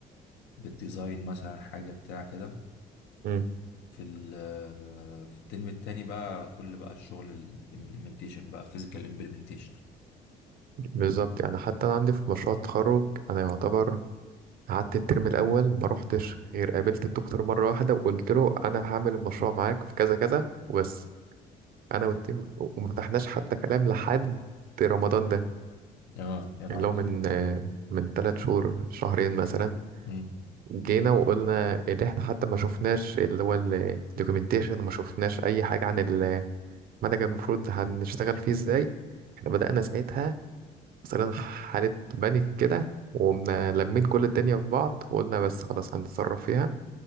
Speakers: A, on the left; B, on the right.
A: بتديزاين مثلا حاجه بتاع كده
B: مم.
A: في ال- في الترم التاني بقى كل بقى الشغل الامبلمنتيشن بقى فيزيكال امبلمنتيشن
B: بالظبط يعني حتى انا عندي في مشروع التخرج انا يعتبر قعدت الترم الاول ما روحتش غير قابلت الدكتور مره واحده وقلت له انا هعمل المشروع معاك في كذا كذا وبس انا والتيم وما فتحناش حتى كلام لحد رمضان ده
A: اه يا نهار
B: يعني اللي
A: أبيض.
B: هو من آه، من ثلاث شهور شهرين مثلا
A: مم.
B: جينا وقلنا اللي احنا حتى ما شفناش اللي هو الدوكيومنتيشن وما شفناش اي حاجة عن المنهج المفروض هنشتغل فيه ازاي احنا بدأنا ساعتها مثلا حالة بانيك كده وقمنا لمين كل الدنيا في بعض وقلنا بس خلاص هنتصرف فيها